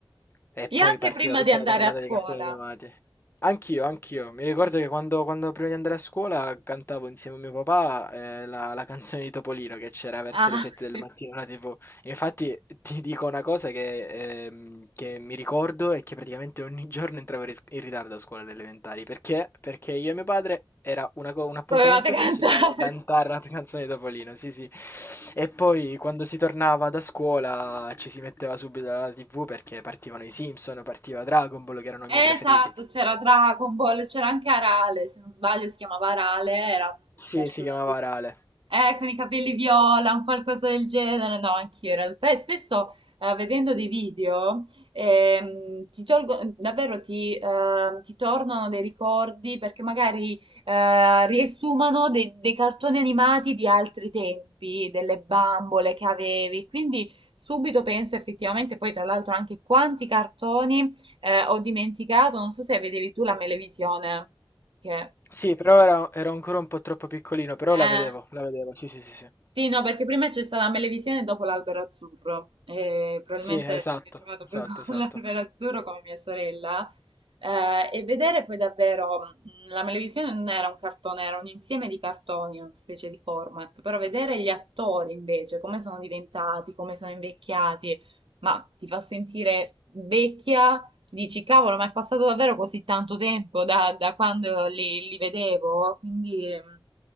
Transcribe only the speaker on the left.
e
poi
partiva
tutta
la carrellata
dei cartoni animati. Anch'io, anch'io. Mi ricordo che quando, quando prima di andare a scuola cantavo insieme a mio papà eh, la, la canzone di Topolino che c'era verso
le 7 del mattino
alla TV. Infatti ti dico una cosa che, ehm, che mi ricordo è che praticamente ogni giorno entravo in ris- in ritardo a scuola alle elementari. Perché? Perché io e mio padre era una co- un appuntamento
fisso, dovevamo cantare la canzone di Topolino, sì sì. E poi quando si tornava da scuola ci si metteva subito alla TV perché partivano i Simpson, partiva Dragon Ball che erano
i miei preferiti.
Sì,
si chiamava Rale.
Sì, però era ero ancora un po' troppo piccolino, però
la vedevo, la vedevo, sì, sì, sì, sì.
Sì, esatto,
esatto,
esatto.